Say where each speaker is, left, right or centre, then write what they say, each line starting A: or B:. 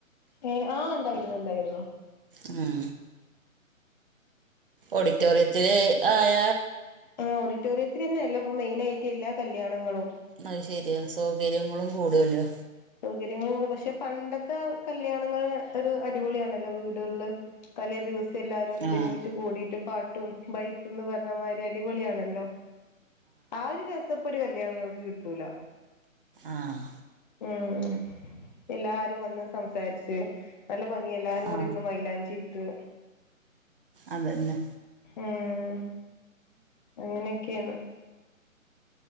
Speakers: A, on the left; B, on the right.
A: ഏഹ് ആഹ് ണ്ടായിരുന്നു, ണ്ടായിരുന്നു.
B: ഉമ് ഓഡിറ്റോറിയത്തിൽ ആയ
A: ആഹ് ഓഡിറ്റോറിയത്തിൽ തന്നെയല്ലോ ഇപ്പോ മെയിൻ ആയിട്ട് എല്ലാ കല്യാണങ്ങളും
B: അഹ് ശരിയാ സൗകര്യങ്ങളും കൂടല
A: സൗകര്യങ്ങളള്ള പക്ഷെ പണ്ടത്തെ കല്യാണങ്ങൾ ഒരു അടിപൊളിയാണല്ലോ വീടുകളില് തലേ ദിവസം എല്ലാവരും ഒത്തൊരുമിച്ച്
B: ആ
A: കൂടിയിട്ട് പാട്ടും ബൈത്തന്ന് പറഞ്ഞതിരി അടിപൊളിയ ആണല്ലോ ആ ഒരു രസപ്പ ഒരു കല്യാണങ്ങൾക്ക് കിട്ടൂല
B: ആഹ്
A: ഉമ് എല്ലാരും വന്ന് സംസാരിച്ച് നല്ല ഭംഗി എല്ലാരും കൂടി
B: ആ
A: ഇരുന്ന് മൈലാഞ്ചി ഇട്ട്
B: അതന്നെ
A: ഏഹ് അങ്ങനെയൊക്കെ യാണ്